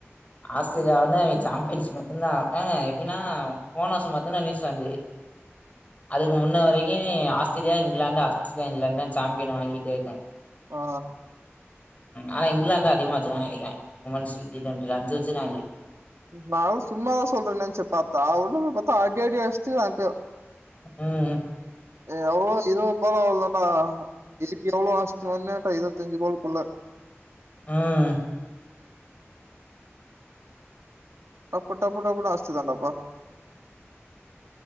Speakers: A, on the left; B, on the right.
A: ஆஸ்திரேலியா வந்து அவிங்க சாம்பியன்ஸ் மட்டும்தான் ஆகு ஆஹா எப்டின்னா போன வர்சம் மட்டும்தான் நியூசிலாந்து அதுக்கு முன்ன வரைக்கும் Australia England Australia England champion வாங்கிட்டே இருக்கும்
B: ஆ
A: ஆனா இங்கிலாந்து தான் அதிகமா வச்சுறுக்காங்கனு நெனைக்கிறே உமன்ஸ் டொன்டி டொன்டி இதுல அஞ்சு வச்சுறுக்காய்க
B: நானும் சும்மாதான் சொல்றேன் நெனைச்சு பாத்தா அவளுக பாத்தா அடி அடின்னு அடுஷ்டு <unintelligible>
A: உம் உம்
B: எவ்ளோ இருவது பாலோ அவ்ளோதான்டா <unintelligible> இருவத்தஞ்சு பாலுக்குள்ள
A: உம்
B: டப்பு டப்பு டப்புனு அடுஸ்டுதாண்டாப்பா